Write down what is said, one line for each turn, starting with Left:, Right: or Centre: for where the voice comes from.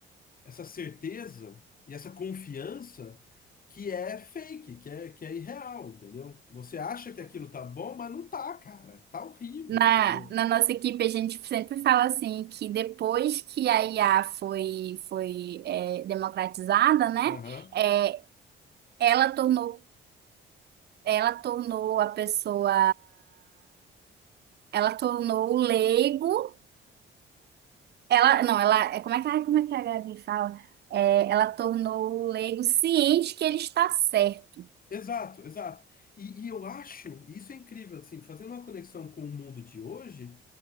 Left: essa certeza e essa confiança que é fake, que é, que é irreal, entendeu? Você acha que aquilo tá bom, mas não tá, cara. Tá horrível,
Right: Na,
Left: entendeu?
Right: na nossa equipe, a gente sempre fala assim que depois que a IA foi, foi é, democratizada, né?
Left: Aham.
Right: É, ela tornou, ela tornou a pessoa, ela tornou o leigo, ela, não, ela, é, como é que, ai, como é que a Gabi fala? É, ela tornou o leigo ciente que ele está certo.
Left: Exato, exato. E, e eu acho, e isso é incrível, assim, fazendo uma conexão com o mundo de hoje,